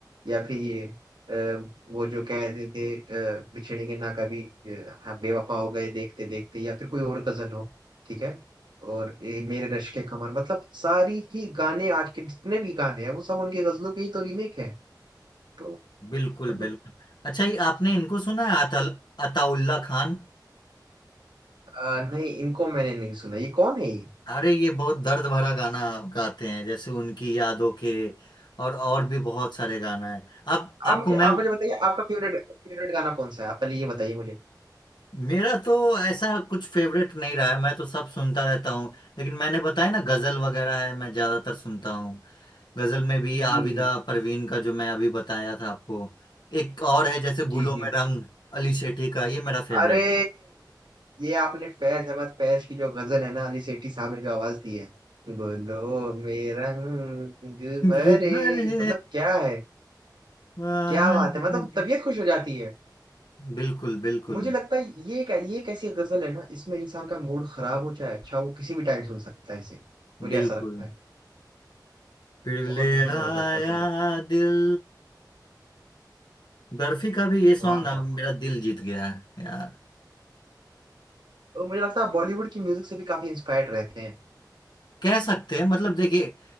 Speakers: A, on the right; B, on the left.
A: या फिर ये अ, वो जो कहते थे अ, बिछड़ेंगे ना कभी अ, हाँ बेवफा हो गए देखते देखते या फिर कोई और गजल हो ठीक है और ये मेरे रश्क के कमर मतलब सारी ही गाने आज के जितने भी गाने हैं वो सब उनकी गजलों के ही तो रीमेक है तो
B: बिल्कुल
A: मतलब
B: बिल्कुल अच्छा ये आपने इनको सुना है अतल अताउल्ला खान
A: अ, नहीं इनको मैंने नहीं सुना ये कौन है ये
B: अरे ये बहुत दर्द भरा गाना गाते हैं जैसे उनकी यादों के और और भी बहुत सारे गाना है आप आपको
A: आप मुझे
B: मैं
A: आप मुझे बताइए आपका फेवरेट फेवरेट गाना कौन सा है आप पहले ये बताइए मुझे
B: मेरा तो ऐसा कुछ फेवरेट नहीं रहा है मैं तो सब सुनता रहता हूँ लेकिन मैंने बताया ना गजल वगैरह है मैं ज्यादातर सुनता हूँ गजल में भी
A: जी
B: आबिदा परवीन का जो मैं अभी बताया था आपको एक और है जैसे
A: जी
B: गुलों
A: जी
B: में
A: जी
B: रंग अली शेठी का ये मेरा फेवरेट
A: अरे
B: है
A: ये आपने फैज अहमद फैज की जो गजल है ना अली सेठी साहब ने जो आवाज दी है बोलो मेरा रंग भरे
B: ये भरे
A: मतलब क्या है
B: बादल।
A: क्या बात है मतलब तबीयत खुश हो जाती है
B: बिल्कुल बिल्कुल
A: मुझे लगता है ये एक ये एक ऐसी गजल है ना इसमें इंसान का मूड खराब हो चाहे अच्छा वो किसी भी टाइम सुन सकता है इसे मुझे
B: बिल्कुल
A: ऐसा लगता है
B: फिर
A: बहुत
B: ले
A: बहुत
B: आया
A: जबरदस्त गजल है
B: दिल बर्फी का भी ये सॉन्ग
A: वाह
B: ना
A: वाह
B: मेरा
A: वाह
B: दिल जीत गया है यार
A: तो मुझे लगता है बॉलीवुड की म्यूजिक से भी काफी इंस्पायर्ड रहते
B: कह सकते हैं मतलब देखिए